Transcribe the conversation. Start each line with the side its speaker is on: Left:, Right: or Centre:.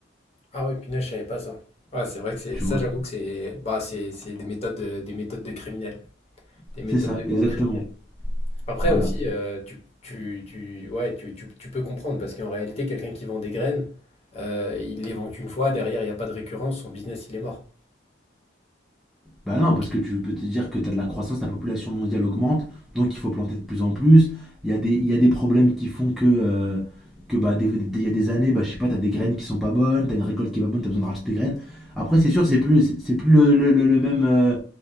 Left: Ah oui, punaise, je savais pas ça. Ouais, c'est vrai que c'est
Centre: tu
Left: ça,
Centre: vois.
Left: j'avoue que c'est bah, c'est c'est des méthodes de, des méthodes de criminels, des méthodes
Centre: C'est ça,
Left: de grands
Centre: exactement.
Left: criminels. Après
Centre: Voilà.
Left: aussi, euh, tu, tu, tu, ouais, tu, tu, tu peux comprendre parce qu'en réalité, quelqu'un qui vend des graines, euh, il les vend qu'une fois, derrière, il n'y a pas de récurrence, son business, il est mort.
Centre: Bah non,
Left: Donc,
Centre: parce que tu peux te dire que tu as de la croissance, la population mondiale augmente, donc il faut planter de plus en plus. Il y a des, il y a des problèmes qui font que, euh, que bah, des- des- il y a des années, bah, je sais pas, t'as des graines qui sont pas bonnes, t'as une récolte qui est pas bonne, t'as besoin de racheter des graines. Après, c'est sûr, c'est plus, c'est plus le, le- le- le même euh,